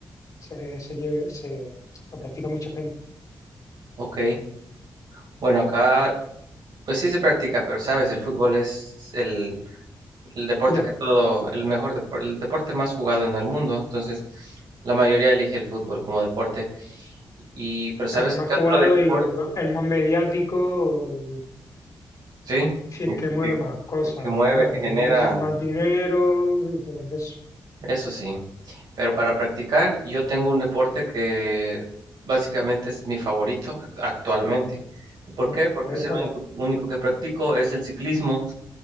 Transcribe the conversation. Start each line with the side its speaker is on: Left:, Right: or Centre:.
Left: se, se, lle- se lo practica mucha gente.
Right: ok, bueno, acá pues sí se practica, pero sabes, el fútbol es el el deporte
Left: Ya,
Right: que todo, el mejor deporte, el deporte más jugado en el mundo. Entonces, la mayoría elige el fútbol como deporte. Y, pero ¿sabes
Left: el más
Right: qué
Left: jugado
Right: otro deporte?
Left: y el más, el más mediático
Right: Sí,
Left: Sí, el
Right: el
Left: que mueve
Right: que,
Left: más cosas
Right: el que
Left: al
Right: mueve,
Left: final,
Right: el que genera,
Left: dinero- más dinero y todo eso.
Right: eso sí. Pero para practicar, yo tengo un deporte que básicamente es mi favorito act- actualmente. ¿Por
Left: ¿no?
Right: qué? Porque
Left: A ver
Right: es
Left: cuál
Right: el único,
Left: es.
Right: único que practico, es el ciclismo.